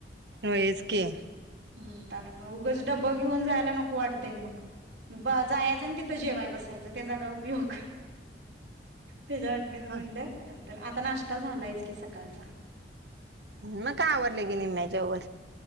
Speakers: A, on the right; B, on the right.
A: होय हेच क्या!
B: म्हणताना उगच डबं घेऊन जायला नको वाटतंय मग जायाचन तिथं जेवाया बसायचं त्याचा काय उपयोग त्याच्या वाटणीच म्हणलं
A: ह
B: नंत तर आता नाष्टा झालायस की सकाळचा!
A: म काय आवडलं
B: दुपारी
A: गेले त्याच्यावर!